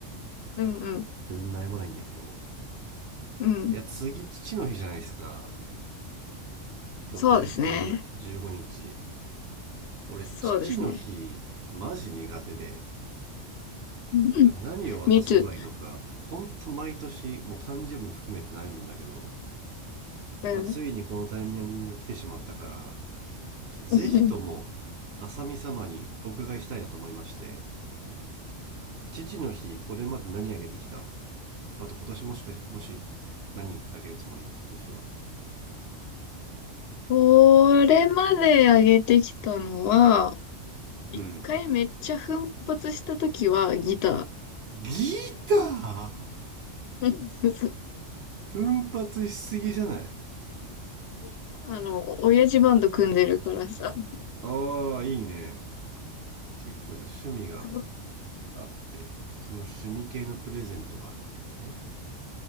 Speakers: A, on the left; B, on the right.
A: うん。
B: 全然悩まないんだけど
A: うん。
B: いや次父の日じゃないですか6月15日
A: そうですね。
B: 俺父の日マジ苦手で
A: そうですね。うん。
B: なんか何を渡せばいいのか、
A: Me too.
B: ほんと毎年、もう誕生日も含めて悩むんだけど、
A: うん。
B: まあ、ついにこのタイミングが来てしまったから、ちょっとぜひとも、
A: うん <laughs>
B: 浅見様にお伺いしたいなと思いまして、父の日、これまで何あげてきたあと今年もしかし、もし、何あげるつもり今年は。
A: これまで上げてきたのは、一回めっちゃ奮発したときはギタ
B: うん。ギター
A: ー。
B: 奮発しすぎじゃない
A: <laughs> あの、親父バンド組んでるからさ。
B: ああ、いいね。結構じゃあ趣味が
A: そう
B: あって、その趣味系のプレゼントがあるわけだね。